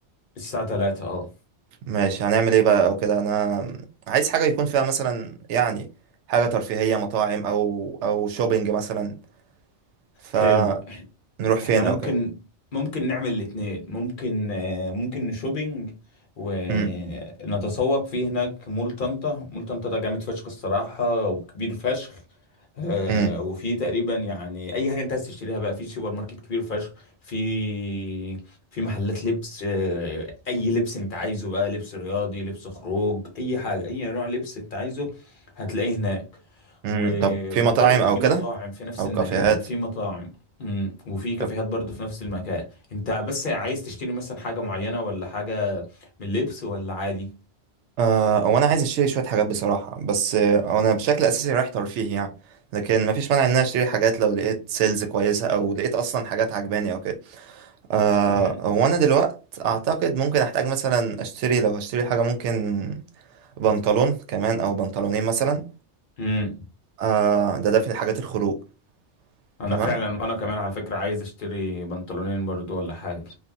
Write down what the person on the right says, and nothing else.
ماشي هنعمل ايه بقى او كده انا عايز حاجه يكون فيها مثلا يعني حاجه ترفيهيه مطاعم او او شوبينج مثلا فنروح
فين
او كده
امم
امم
امم
طب في
مطاعم او
كده
او
كافيهات
طب
آه هو انا عايز اشتري شويه حاجات بصراحه بس آه انا بشكل اساسي رايح ترفيه يعني لكن مفيش مانع ان انا اشتري حاجات لو لقيت سيلز كويسه او لقيت اصلا حاجات عجباني او كده آه
وانا دلوقت اعتقد ممكن احتاج مثلا اشتري لو هشتري حاجه ممكن بنطلون كمان او بنطلونين مثلا
آه ده ده في حاجات الخروج
تمام